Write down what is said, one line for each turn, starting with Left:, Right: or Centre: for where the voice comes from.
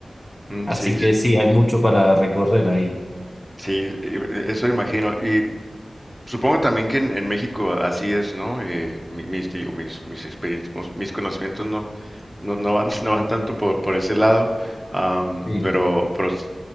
Centre: mm,
Left: Así
Centre: Sí, s-
Left: que sí, hay mucho para recorrer ahí.
Centre: sí, eh, eso imagino. Y supongo también que en, en México así es, ¿no? Eh, mi- mis, digo, mis, mis experiencias, pues, mis conocimientos no, no, no van, <laughs> no van tanto por, por ese lado, am,
Left: Sí,
Centre: pero, pero s-